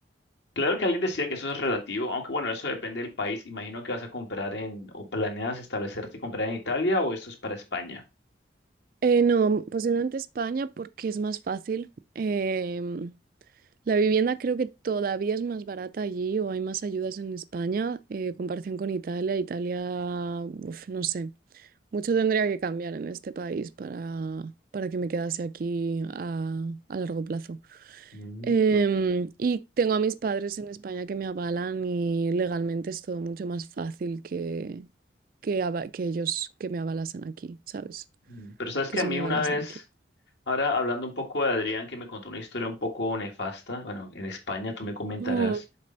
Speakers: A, on the left; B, on the right.
A: Claro que alguien decía que eso es relativo, aunque bueno, eso depende del país. Imagino que vas a comprar en, o planeas establecerte y comprar en Italia o esto es para España.
B: Eh, no, posiblemente España porque es más fácil. Em, la vivienda creo que todavía es más barata allí o hay más ayudas en España eh, en comparación con Italia. Italia, uf, no sé, mucho tendría que cambiar en este país para, para que me quedase aquí a, a largo plazo.
A: Mm,
B: Em,
A: ma-
B: y tengo a mis padres en España que me avalan y legalmente es todo mucho más fácil que, que, ava- que ellos que me avalasen aquí, ¿sabes?
A: mm, Pero sabes
B: Que
A: que
B: si
A: a mí
B: me avalasen
A: una vez,
B: aquí.
A: ahora hablando un poco de Adrián, que me contó una historia un poco nefasta, bueno, en España tú me comentarás.
B: No.